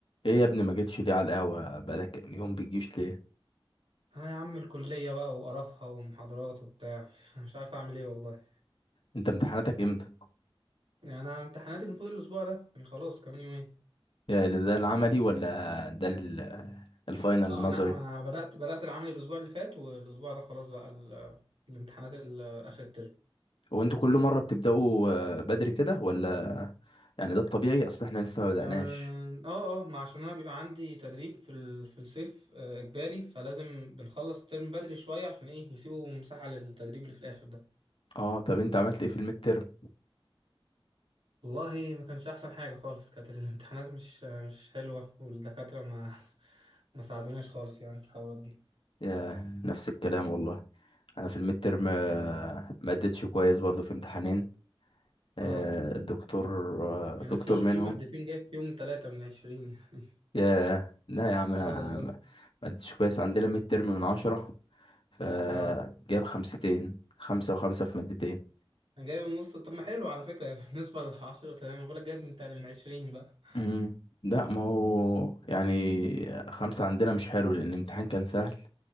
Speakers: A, on the left; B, on the right.
A: ايه يا ابني ما جيتش ليه على القهوة بقالك كام يوم بتجيش ليه
B: ها يا عم الكلية بقى وقرفها ومحاضرات وبتاع <laughs> أنا مش عارف أعمل إيه والله
A: انت امتحاناتك امتى
B: يعني أنا امتحاناتي المفروض الأسبوع ده يعني خلاص كمان يومين
A: يا ده, ده العملي ولا ده ال- الفاينل
B: أه
A: النظري
B: أنا أنا بدأت بدأت العمل الأسبوع اللي فات والأسبوع ده خلاص بقى ال- الامتحانات ال- آخر الترم
A: هو انتوا كل مرة بتبدأوا آه، بدري كده ولا يعني ده الطبيعي اصل احنا لسه ما بدأناش
B: آه آه آه، ما عشان أنا بيبقى عندي تدريب في ال- في الصيف آه، إجباري فلازم بنخلص الترم بدري شوية عشان إيه يسيبوا مساحة للتدريب اللي في الآخر ده
A: اه طب انت عملت ايه في الميد ترم
B: والله ما كانش أحسن حاجة خالص كانت الامتحانات مش مش حلوة والدكاترة ما <laughs> ما ساعدوناش خالص يعني في الحوارات دي
A: يا نفس الكلام والله انا في الميد ترم آه، ما اديتش كويس برضو في امتحانين آه،
B: اه
A: الدكتور آه،
B: انا
A: دكتور
B: في
A: منهم
B: في مادتين جايب فيهم ثلاثة من عشرين <laughs> يعني
A: ياه لا يا عم انا
B: اه والله
A: ما ما اديتش كويس عندنا ميد ترم من عشرة فجاب
B: اه
A: خمستين خمسة وخمسة في مادتين
B: انا جايب النص طب ما حلو على فكرة <laughs> بالنسبة للعشرة تمام بقولك جايب من تل- من عشرين بقى
A: مم. لا ما هو يعني خمسة عندنا مش حلو لأن الامتحان كان سهل